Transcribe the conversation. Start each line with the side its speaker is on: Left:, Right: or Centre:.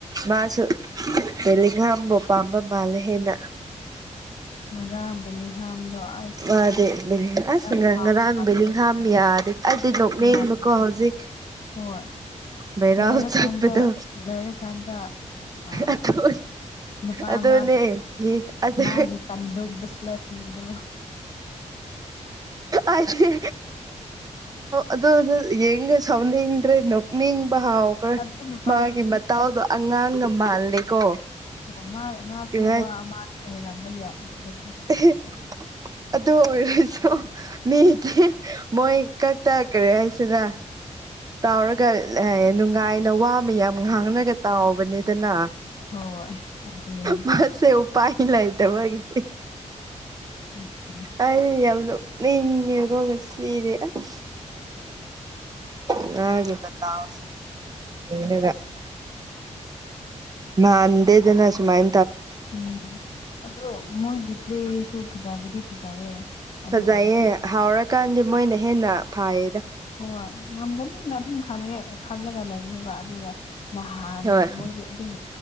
Right: ꯃꯥꯁꯨ ꯕꯦꯂꯤꯈꯥꯝꯕꯨ ꯄꯥꯝꯕ ꯃꯥꯜꯂꯦ ꯍꯦꯟꯅ
Left: ꯉꯔꯥꯡ ꯕꯦꯜꯂꯤꯡꯒꯝꯗꯣ ꯑꯁ
Right: ꯃꯥꯗꯤ ꯕꯦꯂꯤꯡ ꯑꯁ
Left: ꯌꯥꯝ
Right: ꯉꯔꯥꯡ
Left: ꯁꯥꯎꯕ ꯃꯥꯜꯂꯦ
Right: ꯕꯦꯂꯤꯡꯍꯥꯝ ꯌꯥꯗꯦ ꯑꯗꯨꯗꯤ ꯅꯣꯛꯅꯤꯡꯕꯀꯣ
Left: ꯌꯥꯝꯗꯦ
Right: ꯍꯧꯖꯤꯛ
Left: ꯍꯣꯏ
Right: ꯚꯥꯏꯔꯥꯜ
Left: ꯂꯣꯏꯔꯀꯥꯟꯗ
Right: ꯆꯠꯄꯗꯣ
Left: ꯂꯣꯏꯔꯀꯥꯟꯗ ꯑ
Right: ꯑꯗꯨ
Left: ꯅꯨꯄꯥ
Right: ꯑꯗꯨꯅꯦ
Left: ꯑꯃ
Right: ꯃꯤ ꯑꯗꯨ
Left: ꯃꯥꯒꯤ ꯀꯟꯗꯨꯕꯗꯨ ꯃꯤꯡꯗꯣ
Right: ꯑ ꯑꯦ ꯑꯗꯨ ꯌꯦꯡ ꯁꯥꯎꯅ ꯏꯗ꯭ꯔꯦ ꯅꯤꯡꯕ ꯍꯥꯎꯈ꯭ꯔꯦ
Left: ꯑꯗꯨ ꯅꯨꯄꯥꯁꯨ
Right: ꯃꯥꯒꯤ ꯃꯇꯥꯎꯗꯣ ꯑꯉꯥꯡꯒ ꯃꯥꯜꯂꯦꯀꯣ
Left: ꯑꯣ ꯃꯥ ꯃꯥꯁꯨ
Right: ꯀꯔꯤ
Left: ꯋꯥ ꯑꯃꯗꯤ ꯍꯥꯏꯔꯝꯕ ꯌꯥꯕ
Right: ꯑꯦ ꯑꯗꯨ ꯑꯣꯏꯔꯁꯨ ꯃꯤꯗꯤ ꯃꯣꯏ ꯀꯛ ꯇꯔꯛ ꯀꯔꯤ ꯍꯥꯏꯁꯤꯔ ꯇꯥꯎꯔꯒ ꯅꯨꯡꯉꯥꯏꯅ ꯋꯥꯃ ꯌꯥꯝ ꯉꯥꯡꯅꯒ ꯇꯥꯎꯕꯅꯤꯗꯅ
Left: ꯍꯣꯏ ꯑꯗꯨꯅꯦ
Right: ꯃꯁꯦ ꯎꯄꯥꯢ ꯂꯩꯇꯕꯒꯤ
Left: ꯑꯗꯨꯅꯦ
Right: ꯑꯩꯩꯅ ꯌꯥꯝ ꯅꯣꯛꯅꯤꯡꯉꯦꯀꯣ ꯉꯁꯤꯗꯤ ꯑꯁ <unintelligible> ꯃꯥꯟꯗꯦꯗꯅ ꯁꯨꯃꯥꯏ
Left: ꯎꯝ ꯑꯗꯣ ꯃꯣꯏꯒꯤ ꯄ꯭ꯂꯦꯁꯨ ꯐꯖꯕꯨꯗꯤ ꯐꯖꯩꯌꯦ ꯑꯗꯨ
Right: ꯐꯖꯩꯌꯦ
Left: ꯑꯣꯏꯔꯁꯨ
Right: ꯍꯥꯎꯔꯀꯥꯟꯗꯤ ꯃꯣꯏꯅ ꯍꯦꯟꯅ ꯐꯥꯏꯌꯦꯗ
Left: ꯍꯣꯏ ꯉꯝꯒꯅꯤꯅ ꯑꯗꯨꯝ ꯈꯜꯂꯦ ꯈꯜꯂꯒ ꯂꯩꯕꯅꯦꯕ ꯑꯗꯨꯒ ꯅꯍꯥꯟ
Right: ꯍꯣꯏ
Left: ꯃꯣꯏꯗꯤ ꯑꯗꯨꯝ